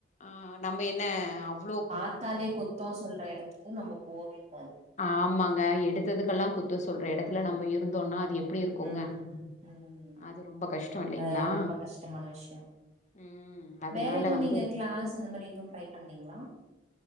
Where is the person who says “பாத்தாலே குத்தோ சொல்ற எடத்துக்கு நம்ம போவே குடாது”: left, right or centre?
Right